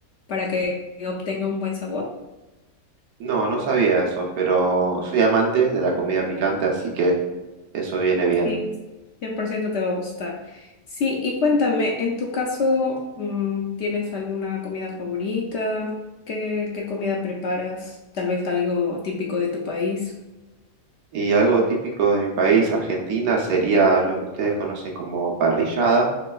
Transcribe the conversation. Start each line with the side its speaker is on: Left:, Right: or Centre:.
Left: para que obtenga un buen sabor.
Right: No, no sabía eso, pero soy amante de la comida picante, así que eso viene bien.
Left: Sí, 100% te va a gustar. Sí, y cuéntame, en tu caso, mm, ¿tienes alguna comida favorita? ¿Qué, qué comida preparas? Tal vez algo típico de tu país.
Right: Y algo típico de mi país, Argentina, sería lo que ustedes conocen como parrillada,